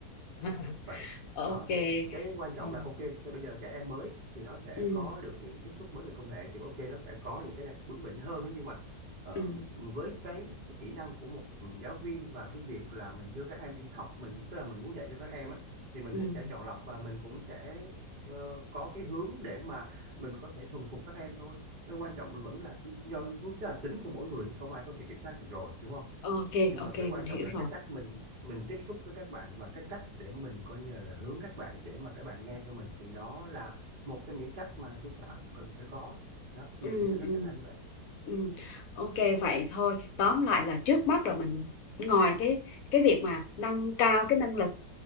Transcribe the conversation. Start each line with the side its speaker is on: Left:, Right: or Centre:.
Left: <laughs>
Right: vậy
Left: Ok.
Right: đó cái cái quan trọng
Left: Ờ,
Right: là ok thế bây giờ trẻ em mới thì nó sẽ
Left: ừ
Right: có được những cái tiếp xúc mới về công nghệ thì ok nó sẽ có những cái bướng bỉnh hơn đấy nhưng mà ờ,
Left: ừ
Right: với cái kỹ năng của một giáo viên và cái việc là mình đưa các em đi học mình tức là mình muốn dạy cho các em á thì mình
Left: ừ.
Right: cũng sẽ chọn lọc và mình cũng sẽ ờ, có cái hướng để mà mình có thể thuần phục các em thôi cái quan trọng vẫn là do tức là tính của mỗi người thì không ai có thể kiểm soát được rồi đúng không
Left: ok
Right: nhưng
Left: ok
Right: mà
Left: mình
Right: cái quan trọng
Left: hiểu
Right: là
Left: rồi
Right: cái cách mình mình tiếp xúc với các bạn và cái cách để mình coi như là hướng các bạn để mà các bạn nghe theo mình thì nó là một trong những cách mà sư phạm cần phải có đó mình
Left: ừ
Right: nghĩ là nó
Left: ừ
Right: sẽ là như vậy
Left: Ừ, ok vậy thôi tóm lại là trước mắt là mình ngoài cái cái việc mà nâng cao cái năng lực